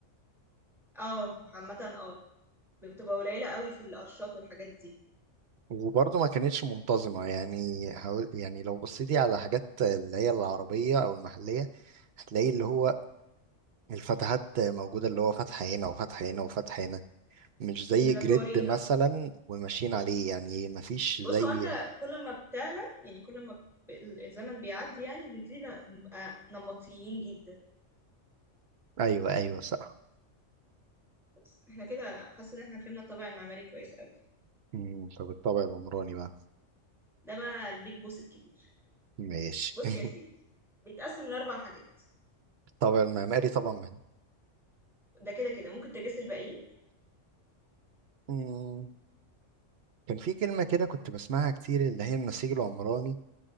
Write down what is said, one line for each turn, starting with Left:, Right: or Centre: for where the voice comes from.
Centre: اه عامة اه بتبقى قليلة قوي في القرشات والحاجات دي
Right: وبرضه ما كانتش منتظمة يعني حاول يعني لو بصيتي على حاجات اللي هي العربية أو المحلية هتلاقي اللي هو الفتحات موجودة اللي هو فتح هنا وفتح هنا وفتح هنا مش زي
Centre: منطورين
Right: جريد مثلا
Centre: اه
Right: وماشيين عليه يعني مفيش
Centre: بص
Right: زي
Centre: هو انت كل ما بتعلى يعني كل ما ب- الزمن بيعدي يعني بنبتدي ن- نبقى نمطيين جدا
Right: ايوه ايوه صح
Centre: بس احنا كده حاسه ان احنا فهمنا الطابع المعماري كويس قوي
Right: مم، طب الطابع العمراني بقى
Centre: ده بقى البيج بوس الكبير
Right: ماشي
Centre: بص
Right: <laughs>
Centre: يا سيدي بيتقسم لاربع حاجات
Right: الطابع المعماري طبعا من
Centre: ده كده كده ممكن تجاس الباقيين
Right: مم، كان في كلمة كده كنت بسمعها كتير اللي هي النسيج العمراني